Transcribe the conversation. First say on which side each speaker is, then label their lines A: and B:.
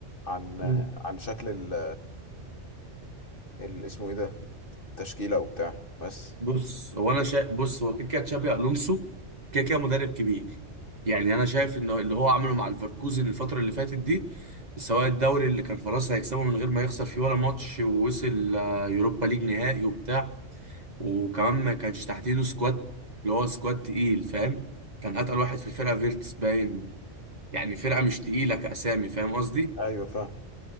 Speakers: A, on the left (about 45°); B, on the right (about 35°).
A: عن
B: مم.
A: عن شكل ال ال- اسمه ايه ده التشكيلة وبتاع بس
B: بص هو انا شا... بص هو كده كده تشابي الونسو كده كده مدرب كبير يعني انا شايف انه اللي هو عمله مع الفركوزن الفتره اللي فاتت دي سواء الدوري اللي كان خلاص هيكسبه من غير ما يخسر فيه ولا ماتش ووصل آه، يوروبا ليج نهائي وبتاع وكمان ما كانش تحت ايده سكواد اللي هو سكواد تقيل فاهم كان اتقل واحد في الفرقه فيرتس باين يعني فرقه مش تقيله كاسامي فاهم قصدي
A: ايوه فاهم